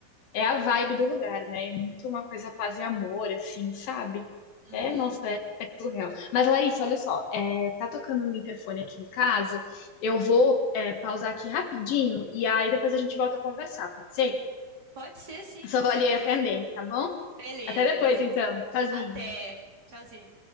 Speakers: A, on the left; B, on the right.
A: é a vibe do lugar, né? É muito uma coisa paz e amor, assim, sabe?
B: Uhum.
A: É, nossa, é, é surreal. Mas, Larissa, olha só, é, tá tocando um interfone aqui em casa. Eu vou, é, pausar aqui rapidinho e aí depois a gente volta a conversar, pode ser?
B: Pode ser, sim,
A: Só
B: com
A: vou
B: certeza.
A: ali atender, tá bom?
B: Beleza,
A: Até depois,
B: beleza.
A: então. Tchauzinho.
B: Até. Tchauzinho.